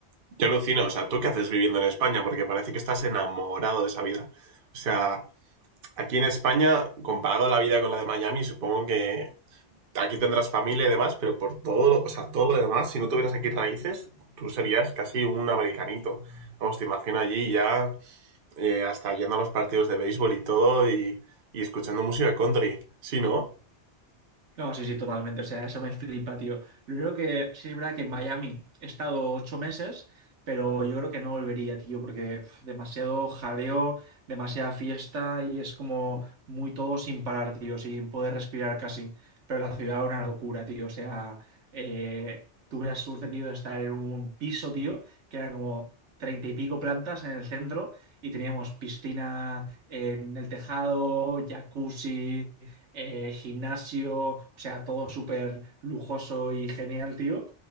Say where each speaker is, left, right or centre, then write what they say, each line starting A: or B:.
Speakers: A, on the right; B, on the right.
A: Yo alucino, o sea, ¿tú qué haces viviendo en España? Porque parece que estás enamorado de esa vida. O sea, aquí en España, comparado a la vida con la de Miami, supongo que aquí tendrás familia y demás, pero por todo, lo- o sea, todo lo demás, si no tuvieras aquí raíces, tú serías casi un americanito. Vamos, te imagino allí ya eh, hasta yendo a los partidos de béisbol y todo y, y escuchando música country. Sí, ¿no?
B: No, sí, sí, totalmente. O sea, eso me flipa, tío. Lo único que sí es verdad que en Miami he estado ocho meses, pero yo creo que no volvería, tío, porque uf, demasiado jaleo, demasiada fiesta y es como muy todo sin parar, tío, sin poder respirar casi. Pero la ciudad era una locura, tío. O sea, eh, tuve la suerte, tío, de estar en un piso, tío, que era como treinta y pico plantas en el centro y teníamos piscina en el tejado, jacuzzi eh, gimnasio, o sea, todo súper lujoso y genial, tío.